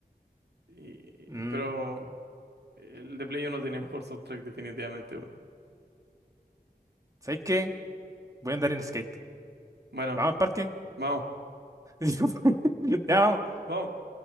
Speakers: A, on the right; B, on the right.
A: y-
B: Mm,
A: pero el de Play 1 tenía mejor soundtrack definitivamente, güey.
B: ¿Sabes qué? Voy a andar en skate.
A: Bueno,
B: Vamos al parque.
A: vamos,
B: <laughs> Ya, vamos.
A: vamos.